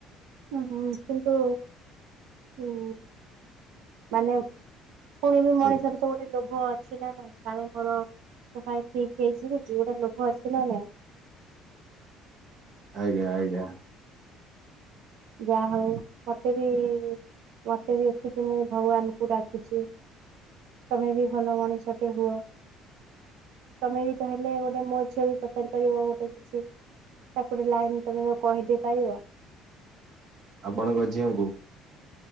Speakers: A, on the right; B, on the right.
A: ହୁଁ ହୁଁ କିନ୍ତୁ ହୁଁ। ମାନେ ପୁଣି ବି ମଣିଷର
B: ଆଜ୍ଞା
A: ତ ଗୋଟେ ଲୋଭ ଅ ଅଛି ନା ନା କାଳେ ମୋର ମୁ କାଳେ କିଚି ହେଇଯିବି ଝିଅଟା ଲୋଭ ଅଛି ନା ନାଇ?
B: ଆଜ୍ଞା ଆଜ୍ଞା।
A: ଯାହା ହଉ ମତେ ବି ମତେ ବି ଏତିକି ମୁଁ ଭଗବାନ୍ ଙ୍କୁ ଡାକୁଚି ତମେ ବି ଭଲ ମଣିଷଟେ ହୁଅ। ତମେ ବି ତା ହେଲେ ଗୋଟେ ମୋ ଝିଅ କୁ ପଚାରି ପାରିବ ଗୋଟେ କିଛି। ତାକୁ ଗୋଟେ ଲାଇନ୍ ତମେ କହିଦେଇ ପାରିବ।
B: ଆପଣଙ୍କ ଝିଅଁ ଙ୍କୁ?